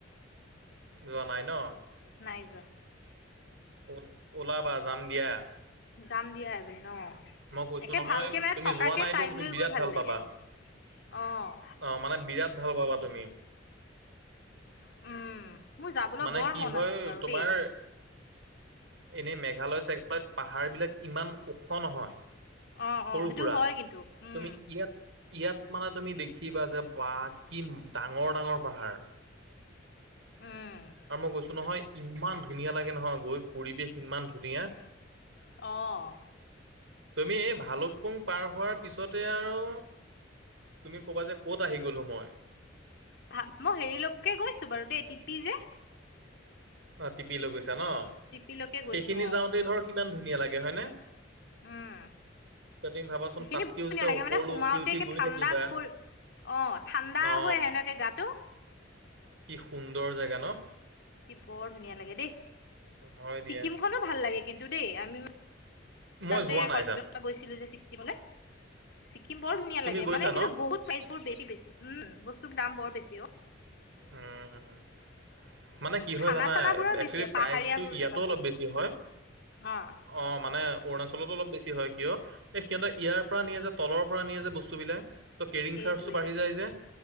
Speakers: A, on the right; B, on the left.
A: যোৱা নাই ন?
B: নাই যোৱা।
A: ওল ওলাবা যাম দিয়া।
B: যাম দিয়া এদিন ন?
A: মই কৈছো
B: একে
A: নহয়
B: ভালকে মানে
A: তুমি
B: থকাকে
A: যোৱা নাইতো
B: টাইম
A: তুমি
B: লৈ
A: বিৰাট
B: গৈ ভাল লাগে,
A: পাবা
B: অ'।
A: অ', মানে বিৰাট ভাল পাবা তুমি।
B: উম। মোৰ যাবলৈ
A: মানে
B: বৰ
A: কি
B: মন
A: হয়
B: আছে বাৰু
A: তোমাৰ
B: দেই
A: এনেই মেঘালয় চেঘালয়ত পাহাৰবিলাক ইমান ওখ নহয়।
B: অ অ
A: সৰু
B: সেইটো
A: সুৰা
B: হয় কিন্তু উম
A: তুমি ইয়াত ইয়াত মানে তুমি দেখিবা যে বা কি ডাঙৰ ডাঙৰ পাহাৰ
B: উম
A: আৰু মই গৈছো নহয় ইমান ধুনীয়া লাগে নহয় গৈ পৰিৱেশ ইমান ধুনীয়া
B: অ
A: তুমি এই ভালুকপুং পাৰ হোৱাৰ পিছতে আৰু তুমি ক'বা যে ক'ত আহি গ'লো মই
B: ভা মই হেৰিলৈকে গৈছো বাৰু দেই টিপি যে
A: অ টিপি লৈ গৈছা ন
B: টিপিলৈকে গৈছো
A: সেইখিনি
B: অ
A: যাওঁতে ধৰ কিমান ধুনীয়া লাগে হয়নে
B: উম
A: এতিয়া তুমি ভাবাচোন
B: সেইখিনি
A: তাতকেও
B: ধুনীয়া
A: যেতিয়া
B: লাগে
A: ওপৰলৈ
B: মানে সোমাওতে
A: উঠি উঠি
B: একে
A: গৈ
B: ঠাণ্ডা
A: থাকিবা
B: পৰি অ ঠাণ্ডা
A: অ
B: হৈ আহে ন একে গাটো
A: কি সুন্দৰ জাগা ন
B: কি বৰ ধুনীয়া লাগে দেই
A: হয়
B: ছিক্কিম
A: দিয়া
B: খনো ভাল লাগে কিন্তু দেই আমি
A: মই
B: ৰাজুৱে
A: যোৱা নাই
B: কলেজৰ
A: তাত
B: পৰা গৈছিলো যে ছিক্কিমলে ছিক্কিম বৰ ধুনীয়া
A: তুমি
B: লাগে
A: গৈছা
B: মানে কিন্তু
A: ন
B: বহুত প্ৰাইচ বোৰ বেছি বেছি উ বস্তুৰ দাম বৰ বেছি অ
A: উম উম মানে কি হয়
B: খানা
A: জানা
B: চানাবোৰৰ বেছি
A: একচুৱেলি
B: পাহাৰীয়াবোৰ
A: প্ৰাইচটো ইয়াতো
B: জেগাবোৰত
A: অলপ বেছি হয়
B: অ
A: অ মানে অৰুণাচলতো অলপ বেছি হয় কিয় এই সিহঁতে ইয়াৰ পৰা নিয়ে যে তলৰ পৰা নিয়ে যে বস্তুবিলাক ত' কেৰিং
B: সেইটোৱে
A: চাৰ্জটো বাঢ়ি যায় যে